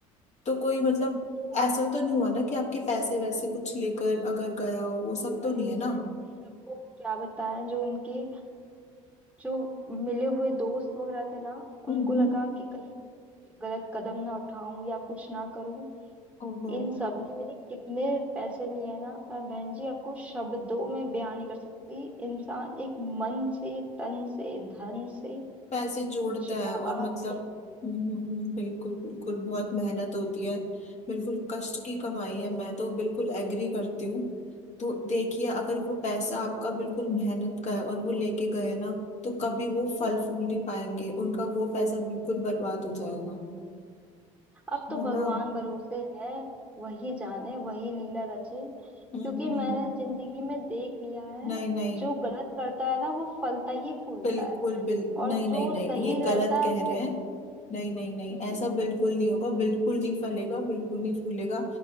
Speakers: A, on the left; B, in the centre.
A: तो कोई मतलब
B: ये बात
A: ऐसा तो नहीं हुआ ना कि आपके पैसे वैसे कुछ लेकर अगर गया हो वो सब तो
B: है।
A: नहीं
B: अरे
A: है ना
B: बहन जी आपको क्या बताएं जो उनके जो मिले हुए दोस्त वगैरह थे ना
A: हम्म
B: उनको लगा कि कहीं गलत कदम ना उठाऊं या कुछ ना करूं
A: ओहो
B: इन सब ने मेरे कितने पैसे लिए हैं ना मैं बहन जी आपको शब्दों में बयान नहीं कर सकती इंसान एक मन से तन से धन से
A: पैसे जोड़ता
B: जो
A: है और
B: आप
A: मतलब
B: कहें
A: हम्म, हम्म, हम्म, बिल्कुल बिल्कुल बहुत मेहनत होती है बिल्कुल कष्ट की कमाई है मैं तो बिल्कुल एग्री करती हूँ तो देखिए अगर वो पैसा आपका बिल्कुल मेहनत का है और वो लेके गए ना तो कभी वो
B: जी
A: फल फूल नहीं पाएंगे उनका वो पैसा बिल्कुल बर्बाद
B: जी।
A: हो जाएगा
B: अब
A: है
B: तो भगवान
A: ना
B: भरोसे है वही जाने वही लीला रचे क्योंकि
A: हम्म हम्म
B: मैंने जिंदगी में देख लिया है
A: नहीं नहीं
B: जो गलत करता है ना वो फलता ही फूलता
A: बिल्कुल
B: है
A: बिल्कुल
B: और
A: नहीं
B: जो
A: नहीं नहीं
B: सही
A: ये गलत
B: रहता
A: कह
B: है वो
A: रहे हैं नहीं नहीं नहीं
B: जी
A: ऐसा बिल्कुल नहीं होगा बिल्कुल नहीं फलेगा बिल्कुल नहीं फूलेगा